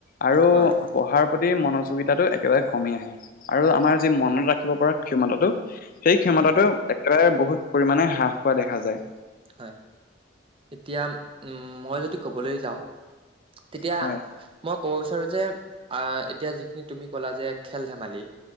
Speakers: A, on the left; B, on the right.
A: আৰু,
B: হয়
A: পঢ়াৰ প্ৰতি মনোযোগিতাটো একেবাৰে কমি আহে আৰু আমাৰ যি মনত ৰাখিব পৰা, ক্ষমতাটো সেই ক্ষমতাটো
B: হয়
A: একেবাৰে বহুত পৰিমাণে হ্ৰাস পোৱা দেখা যায়।
B: হয় এতিয়া উম মই যদি কবলৈ যাওঁ। তেতিয়া
A: হয়
B: মই ক'ব বিচাৰো যে, আহ এতিয়া যিখিনি তুমি ক'লা যে খেল ধেমালি,